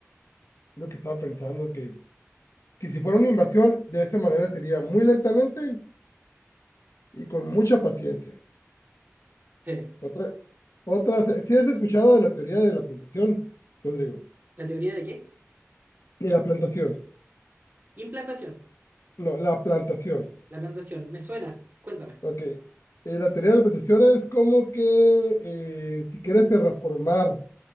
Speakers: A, on the left; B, on the right.
A: lo que estaba pensando, que, que si fuera una invasión, de esta manera sería muy lentamente y con mucha paciencia.
B: Sí.
A: Otra, otra, si has escuchado de la teoría de la plantación, Rodrigo?
B: ¿La teoría de qué?
A: De la plantación,
B: Implantación.
A: no, la plantación.
B: La plantación. Me suena. Cuéntame.
A: Ok. Eh, la teoría de la plantación es como que eh, si quieres terraformar